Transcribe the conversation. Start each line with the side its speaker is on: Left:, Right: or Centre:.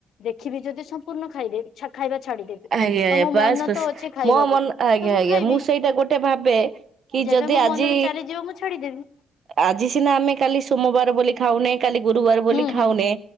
Left: ଦେଖିବି ଯଦି ସମ୍ପୂର୍ଣ୍ଣ ଖାଇଦେବୀ ଛା ଖାଇବା ଛାଡିଦେବି
Right: ଆଜ୍ଞା
Left: ତ
Right: ଆଜ୍ଞା
Left: ମୋ
Right: ବାସ୍
Left: ମନ
Right: ବାସ୍।
Left: ତ ଅଛି ଖାଇବାକୁ
Right: ମୋ ମନ ଆଜ୍ଞା,
Left: ତ
Right: ଆଜ୍ଞା,
Left: ଖାଇବି
Right: ମୁଁ ସେଇଟା ଗୋଟେ ଭାବେ କି
Left: ଯେବେ
Right: ଯଦି
Left: ମୋ
Right: ଆଜି
Left: ମନରୁ ଚାଲିଯିବ ମୁଁ ଛାଡିଦେବି
Right: ଆଜି ସିନା ଆମେ କାଲି ସୋମବାର ବୋଲି ଖାଉନେ, କାଲି ଗୁରୁବାର ବୋଲି
Left: ହୁଁ
Right: ଖାଉନେ
Left: ହୁଁ ହୁଁ